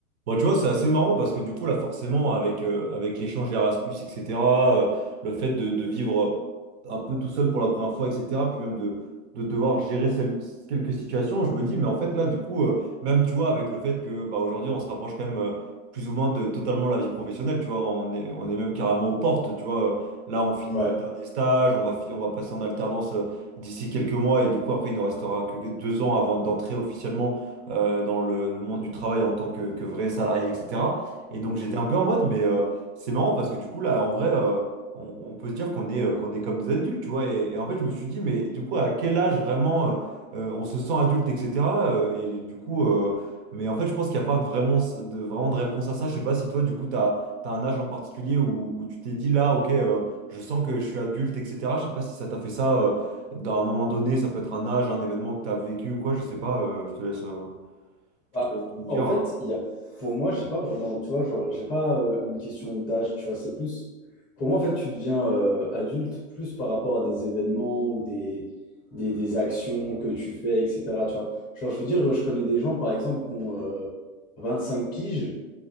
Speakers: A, on the right; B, on the left.
A: Bon, tu vois, c'est assez marrant parce que du coup, là, forcément, avec, euh, avec l'échange Erasmus, etc., euh, le fait de, de vivre un peu tout seul pour la première fois, etc., puis même de, de devoir gérer celle- quelques situations, je me dis, mais en fait, là, du coup, euh, même, tu vois, avec le fait que, bah, aujourd'hui, on se rapproche quand même euh, plus ou moins de totalement la vie professionnelle, tu vois, on est, on est même carrément aux portes, tu vois, euh, là, on finit
B: Ouais.
A: notre dernier stage, on va, fi- on va passer en alternance euh, d'ici quelques mois, et du coup, après, il ne restera que deux ans avant d'entrer officiellement euh, dans le, le monde du travail en tant que, que vrai salarié, etc. Et donc j'étais un peu en mode, mais euh, c'est marrant parce que du coup, là, en vrai, euh, on, on peut se dire qu'on est, euh, qu'on est comme des adultes, tu vois. Et, et en fait, je me suis dit, mais du coup, à quel âge vraiment euh, euh, on se sent adulte, etc. euh, et du coup, euh, mais en fait, je pense qu'il n'y a pas vraiment de, vraiment de réponse à ça. Je sais pas si toi, du coup, tu as, un âge en particulier où, où tu t'es dit, là, ok, euh, je sens que je suis adulte, etc. Je sais pas si ça t'a fait ça. euh, Dans un moment donné, ça peut être un âge, un événement que tu as vécu ou quoi, je sais pas, euh, je te laisse. euh.
B: Bah,
A: Je te laisse tout me dire.
B: en fait, il y a, pour moi, je sais pas vraiment, tu vois, genre, j'ai pas euh, une question d'âge, tu vois, c'est plus. Pour moi, en fait, tu deviens euh, adulte plus par rapport à des événements ou des, des, des actions que tu fais, etc. Tu vois. Genre, je veux dire, je connais des gens, par exemple, qui ont euh, 25 piges,